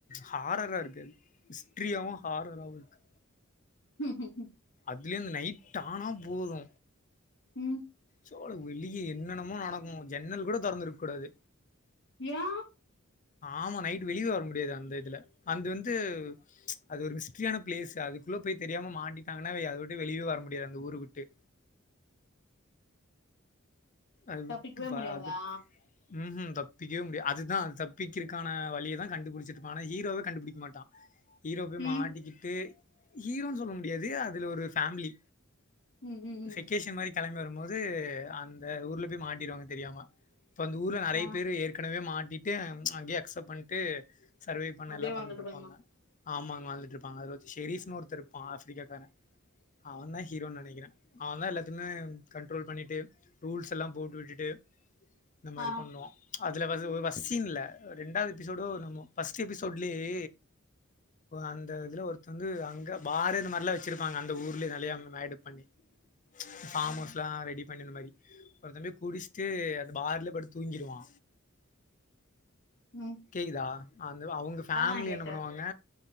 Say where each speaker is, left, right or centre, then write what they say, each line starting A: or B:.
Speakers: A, on the left (about 40°); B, on the left (about 60°).
A: ஹாரரா இருக்கு அது ஹிஸ்ட்ரியாவவு ஹாரரவு இருக்கு
B: ஹம்ம்
A: அப்பலயே அந்த நைட் ஆனா போது
B: ம்
A: சோழ வெளியே என்னென்னமோ நடக்கு ஜன்னல் கூட தெறந்து இருக்க கூடாது
B: ஏ
A: ஆமா நைட் வெளியே வர முடியாது அந்த இதுல அந்த வந்து அது ஒரு மிஸ்டரியான பிளேஸ் அதுக்கு உள்ள போய் தெரியாம மாட்டாங்கன்னாவை அத விட்டு வெளியே வரடியாது அந்த ஊரு விட்டு அது விட்டு
B: தப்பிக்கவே
A: வா
B: முடியாதா
A: அது ம் ம் தப்பிக்கவே முடியா அதுதா அது தப்பிக்கருக்கான வழியை தா கண்டுபிடிச்சிருப்பா ஆனா ஹீரோவே கண்டுபுடிக்க மாட்டா ஹீரோ போய்
B: ம்
A: மாட்டிக்கிட்டு ஹீரோன்னு சொல்ல முடியாது அதில ஒரு ஃபேமிலி
B: ம் ம் ம்
A: செக்கேஷன் மாரி கிளம்பி வருபோது அந்த ஊர்ல போய் மாட்டிடுவாங்க தெரியாம அந்த ஊர்ல நெறைய
B: ஆ
A: பேர் ஏற்கனவே மாட் டிடு அங்கயே அக்சப்ட் பண்ணிட்டு சர்வே பண்ண
B: அப்டியே
A: எல்லா பண்ணிருப்பாங்க
B: வந்துட்டு பாருங்க
A: ஆமாங்க அது இருப்பாங்க அதுல ஷரீப்னு ஒருத்தர்ப்பா ஆஃப்பரிக்காக்காரே அவ தா ஹீரோனுு நெனைக்கிறே அவ தா எல்லாத்துமே கண்டட்ரோல் பண்ணிட்டு ரூல்ஸ் எல்லா போட்டு விட்டுட்டு இந்த மாதிரி
B: ஆ
A: பண்ணுவா அதுல வ ஒரு வஃசின்ல ரெண்டாவது எபிசோடோ நம்மோ ஃப்பஸ்ட் எபிசோட்லயை அந்த இதுல ஒரு வந்து அங்க பாரே இந்த மாரிலா வெச்சிருப்பாங்க அந்த ஊர்லேயே கல்யாணோநாயுடு பண்ணி ஃபாம்
B: ம்
A: ஹவுஸ் எல்லா ரெடி பண்ணி அந்த மாரி ஒரு தம்பி குடிச்சுடே அந்த பார்ல படுத் தூங்கிருவா
B: ம்
A: கேக்குதா அந்த அவங்க ஃபேமிலி
B: ஆ கேக்குது
A: என்ன பண்ணுவாங்க